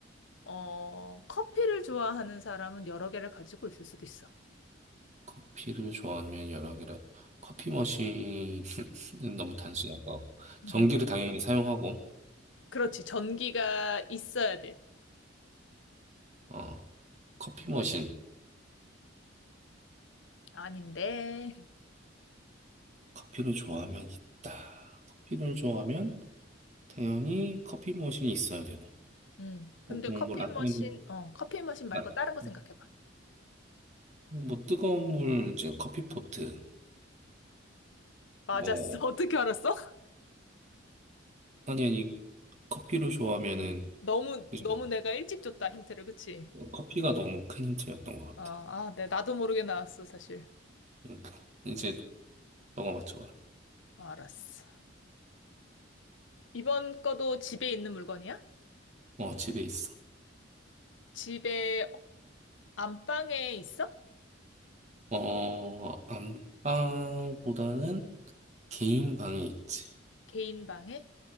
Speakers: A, on the left; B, on the right.
A: 어, 커피를 좋아하는 사람은 여러 개를 가지고 있을 수도 있어.
B: 커피를 좋아하면 여러 개라. 커피 머신은 <laughs> 너무 단순할 것 같고.
A: <laughs>
B: 전기를 당연히 사용하고,
A: 그렇지. 전기가 있어야 돼.
B: 어, 커피 머신.
A: 아닌데.
B: 커피를 좋아하면 있다. 커피를 좋아하면 당연히 커피 머신이 있어야 되고.
A: 음. 근데
B: 보통
A: 커피
B: 뭐, 라떼,
A: 머신, 어, 커피 머신 말고
B: 라,
A: 다른 거 생각해봐.
B: 음, 뭐, 뜨거운 물, 이제 커피포트.
A: 맞았어.
B: 뭐
A: <laughs> 어떻게 알았어?
B: 아니, 아니, 커피를 좋아하면은,
A: 음. 너무,
B: 그지?
A: 너무 내가 일찍 줬다, 힌트를. 그치?
B: 커피가 너무 큰 힌트였던 것 같아.
A: 아, 아, 네. 나도 모르게 나왔어, 사실.
B: 응. 이제 너가 맞춰봐.
A: 어, 알았어. 이번 거도 집에 있는 물건이야?
B: 어, 집에 있어.
A: 집에 안방에 있어?
B: 어, 안방보다는 개인 방에 있지.
A: 개인 방에?